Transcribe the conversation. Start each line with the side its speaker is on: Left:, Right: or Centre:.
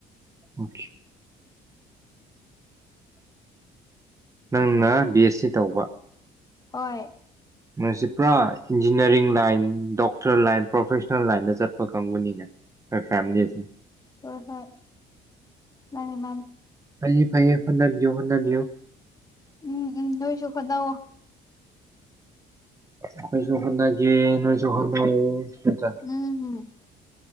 Right: ꯑꯣ ꯅꯪꯅ ꯕꯤ ꯑꯦꯁ ꯁꯤ ꯇꯧꯕ
Left: ꯑꯣꯏ
Right: ꯃꯁꯤ ꯄꯨꯔꯥ engineering line doctor line professional ꯂꯥꯏꯟꯗ ꯆꯠꯄ ꯀꯥꯡꯪꯕꯨꯅꯤꯅꯦ ꯐ ꯐꯂꯤꯁꯦ
Left: ꯍꯣꯏ ꯍꯣꯏ ꯃꯥꯅꯤ ꯃꯥ
Right: ꯐꯥꯏꯌꯦ ꯐꯥꯏꯌꯦ ꯍꯟꯅꯕꯤꯌꯣ ꯍꯟꯅꯕꯤꯌꯣ
Left: ꯎꯝ ꯎꯝ ꯂꯣꯏꯁꯨ ꯍꯣꯠꯅꯧꯑꯣ
Right: ꯑꯩꯈꯣꯏꯁꯨ ꯍꯣꯠꯅꯒꯦ ꯅꯣꯏꯁꯨ ꯍꯣꯠꯅꯧꯑꯣ
Left: ꯎꯝ